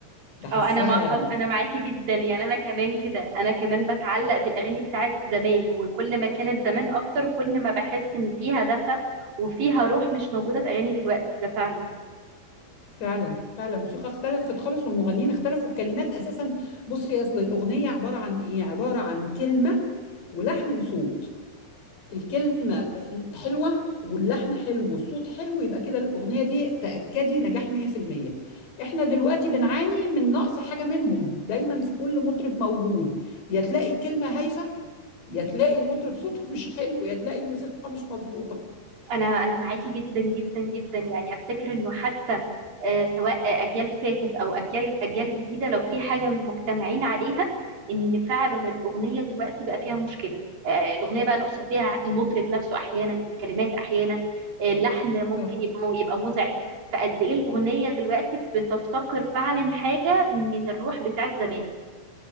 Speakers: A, on the left; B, on the right.
A: بحسها
B: اه انا مع انا معاكي جدا يعني انا كمان كده انا كمان بتعلق بالاغاني بتاعت زمان وكل ما كانت زمان اكتر كل ما بحس ان فيها دفى وفيها روح مش موجودة في اغاني دلوقتي ده فعلا
A: فعلا فعلا الموسيقى اختلفت خالص والمغنيين اختلفوا الكلمات اساسا بصي اصل الاغنيه عباره عن ايه عباره عن كلمه ولحن وصوت الكلمه حلوه واللحن حلو والصوت حلو يبقى كده الاغنيه دي تاكدي نجاح 100% احنا دلوقتي بنعاني من نقص حاجه منهم دايما في كل مطرب موجود يا تلاقي الكلمه هايفه يا تلاقي المطرب صوته مش حلو يا تلاقي الموسيقى مش مظبوطه
B: انا انا معاكي جدا جدا جدا يعني افتكر انه حتى آه، سواء اجيال فاتت او اجيال اجيال جديده لو في حاجه مجتمعين عليها ان فعلا الاغنيه دلوقتي بقى فيها مشكله آه، الاغنيه بقى نقصد بيها المطرب نفسه احيانا الكلمات احيانا آه، اللحن ممكن
A: اه
B: يبقى يبقى مزعج فقد ايه الاغنيه دلوقتي بتفتقر فعلا حاجه من الروح بتاعت زمان